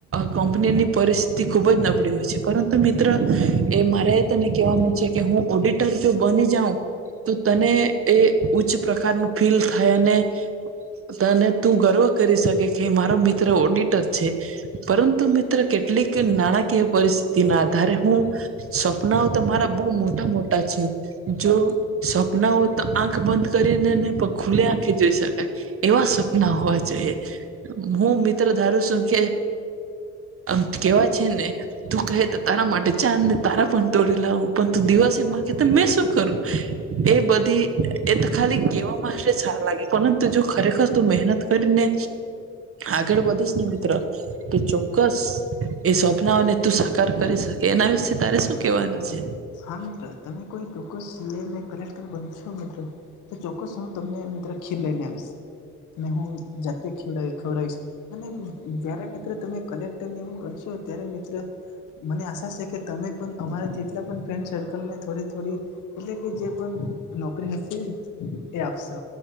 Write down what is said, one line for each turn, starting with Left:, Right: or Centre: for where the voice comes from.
Right: કંપનીની પરિસ્થિતિ ખુબ જ નબળી હોય છે પરંતુ તો મિત્ર એ મારે તને કેવાનું છે કે હું ઓડિટર જો બની જાઉં તો તને એ ઉચ્ચ પ્રકારનું ફીલ થાય અને તને તું ગર્વ કરી શકે કે મારો મિત્ર ઓડિટર છે. પરંતુ મિત્ર કેટલીક નાણાકીય પરિસ્થિતિ ના આધારે હું સપનાઓ તો મારા બહ મોટા મોટા છે જો સપના હોય તો આંખ બંધ કરી ને નહી પણ ખુલ્લે આંખે જોઈ શકાય. એવા સપના હોવા જોઈએ, હું મિત્ર ધારું છું કે આમ કેવા છે ને તું કહે તો તારા માટે ચાંદ ને તારા પણ તોડી લાવું પણ તું દિવસે માંગે તો મેં શું કરું. એ બધી એ તો ખાલી કહેવા માટે સારા લાગે પરંતુ જો ખરેખર ત મહેનત કરીને આગળ વધીશ ને મિત્ર કે ચોક્કસ એ સવપ્નાઓને તું સાકાર કરી શકે એના વિશે તારે શું કેવાનું છે.
Left: હા મિત્રો તમે કોઈ ચોક્કસ સી કલેક્ટર બનશો મિત્રો તો ચોક્કસ હું તમને મિત્રો ખીર લઈને આવીશ અને હું જાતે ખવડ ખવડાવીશ અને જયારે મિત્ર તમે કલેક્ટર ને એવું બનશો ત્યારે મિત્ર મને આશા છે કે તમે પણ અમારા જેટલા પણ ફ્રેન્ડ સર્કલને થોડી- થોડી એટલે કે જે પણ નોકરી હશે એ આપશો